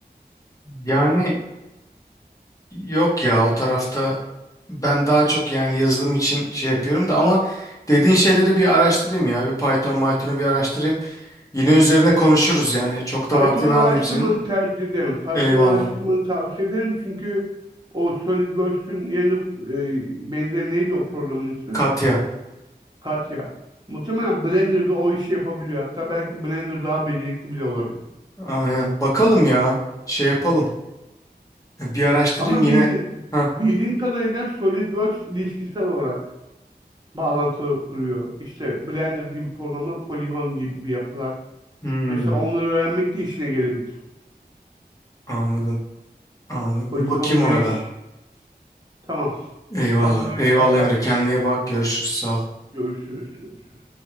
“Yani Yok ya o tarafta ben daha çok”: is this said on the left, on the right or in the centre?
Left